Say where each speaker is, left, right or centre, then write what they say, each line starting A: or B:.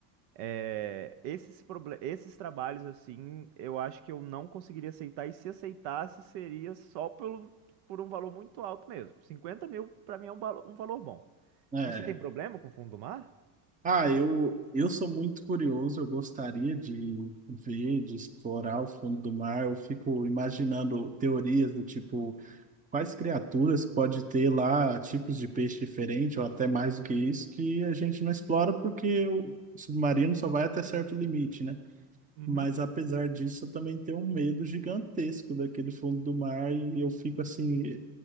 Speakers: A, on the right (about 70°); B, on the right (about 15°).
A: É, esses, proble- esses trabalhos, assim, eu acho que eu não conseguiria aceitar, e se aceitasse, seria só pelo, por um valor muito alto mesmo. cinquenta mil, pra mim, é um, valo- um valor bom.
B: É.
A: Você tem problema com o fundo do mar?
B: Ah, eu, eu sou muito curioso, eu gostaria de ver, de explorar o fundo do mar. Eu fico imaginando teorias do tipo, quais criaturas pode ter lá, tipos de peixe diferente, ou até mais do que isso, que a gente não explora porque o submarino só vai até certo limite, né?
A: Uhum.
B: Mas apesar disso, eu também tenho um medo gigantesco daquele fundo do mar e eu fico assim,